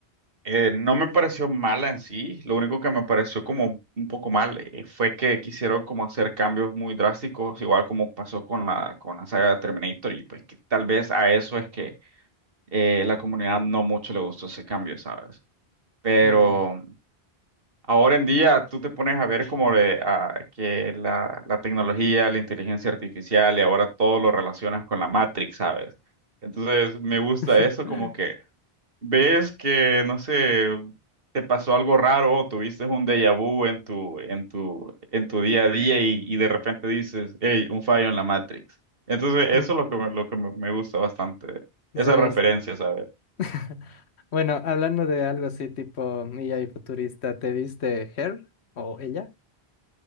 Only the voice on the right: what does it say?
eh, no me pareció mala en sí, lo único que me pareció como un poco mal eh, fue que quisieron como hacer cambios muy drásticos, igual como pasó con la, con la saga de Terminator, y pues que tal vez a eso es que eh, la comunidad no mucho le gustó ese cambio, ¿sabes? Pero
ahora en día tú te pones a ver como de, ah, que la, la tecnología, la inteligencia artificial y ahora todo lo relacionas con la Matrix, ¿sabes? Entonces me gusta
eso como que ves que, no sé, te pasó algo raro o tuviste un déjà vu en tu, en tu, en tu día a día y, y de repente dices, hey, un fallo en la Matrix. Entonces eso
es lo que, me- lo que me me gusta bastante,
esa
referencia, ¿sabes?